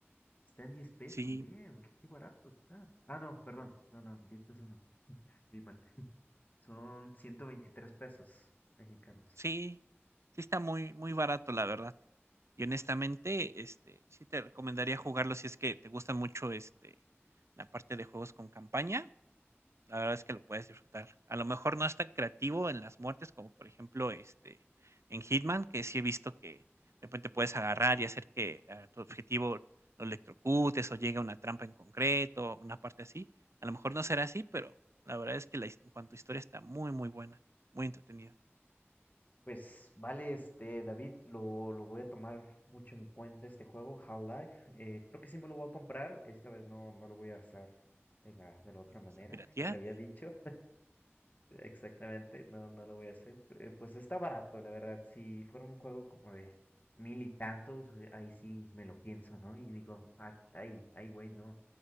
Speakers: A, on the left; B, on the right.
A: Está en diez pesos,
B: sí.
A: bien, qué, qué barato está. Ah, no, perdón, no, no, 10 pesos no, vi mal. <laughs> Son 123 pesos mexicanos.
B: Sí, sí está muy, muy barato, la verdad. Y honestamente, este, sí te recomendaría jugarlo si es que te gusta mucho este la parte de juegos con campaña. La verdad es que lo puedes disfrutar. A lo mejor no es tan creativo en las muertes como por ejemplo este en Hitman, que sí he visto que de repente puedes agarrar y hacer que a tu objetivo lo electrocutes o llegue a una trampa en concreto, una parte así. A lo mejor no será así, pero la verdad es que la, his- en cuanto a historia está muy, muy buena, muy entretenida.
A: Pues vale, este, David, lo, lo voy a tomar mucho en cuenta este juego, Half-Life. Eh, creo que sí me lo voy a comprar, esta vez no, no lo voy a hacer de la, de la otra
B: Vamos
A: manera
B: a piratear.
A: que te había dicho. Exactamente, no, no lo voy a hacer. Eh, Pues está barato, la verdad. Si fuera un juego como de mil y tantos, eh, ahí sí me lo pienso, ¿no? Y digo, "Ah, ay, ay, güey, no.